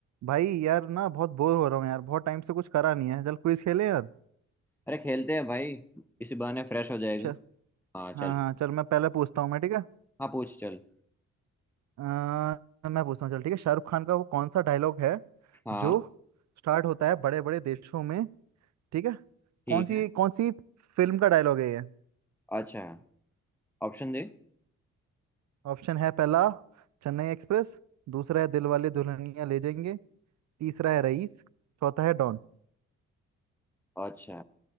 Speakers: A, on the right (about 50°); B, in the centre.
A: भाई यार ना बहुत बोर हो रहा हूँ यार बहुत टाइम से कुछ करा नहीं है चल क्विज खेले यार
B: अरे खेलते हैं भाई इसी बहाने फ्रेश हो जाएगी
A: चल
B: हाँ चल
A: हाँ हाँ चल मैं पहले पूछता हूँ मैं ठीक है
B: हाँ पूछ चल
A: अ, मैं पूछता हूँ चल ठीक है शाहरुख खान का वो कौन सा डायलॉग है
B: हाँ
A: जो स्टार्ट होता है बड़े बड़े देशों में ठीक है
B: ठीक
A: कौन सी
B: है
A: कौन सी फिल्म का डायलॉग है ये
B: अच्छा ऑप्शन दे
A: ऑप्शन है पहला चेन्नई एक्सप्रेस दूसरा है दिलवाले दुल्हनिया ले जाएंगे तीसरा है रईस चौथा है डॉन
B: अच्छा